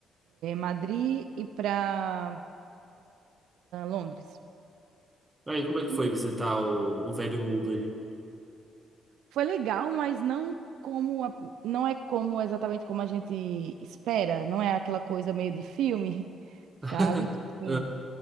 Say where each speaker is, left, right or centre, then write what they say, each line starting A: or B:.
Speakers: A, on the right; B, on the right.
A: Madrid e para Londres.
B: Aí, como é que
A: E
B: foi visitar o, o velho mundo aí?
A: foi legal, mas não como a- não é como exatamente como a gente espera, não é aquela coisa meio de filme, <laughs>
B: <laughs>
A: sabe? Tipo assim,